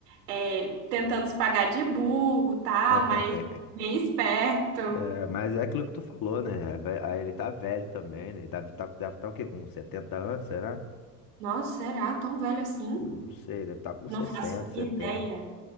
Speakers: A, on the right (about 80°); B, on the left (about 45°).
A: é, tentando se pagar de burro, tal,
B: <laughs>
A: mas bem esperto.
B: É, mas é aquilo que tu falou, né? É ve- Aí ele tá velho também, né? Ele Deve tá, deve tá o quê? Com 70 anos, será?
A: Nossa, será tão velho assim?
B: Eu Não sei, deve estar com
A: Não
B: 60
A: faço
B: setenta
A: ideia.